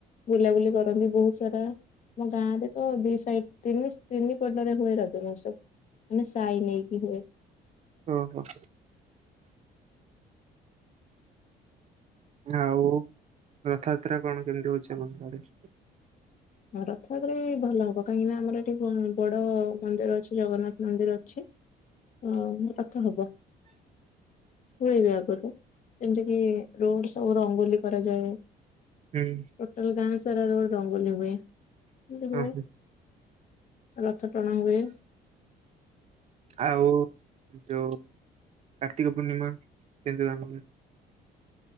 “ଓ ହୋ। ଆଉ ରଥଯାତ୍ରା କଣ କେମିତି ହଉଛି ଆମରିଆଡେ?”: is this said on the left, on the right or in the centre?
Right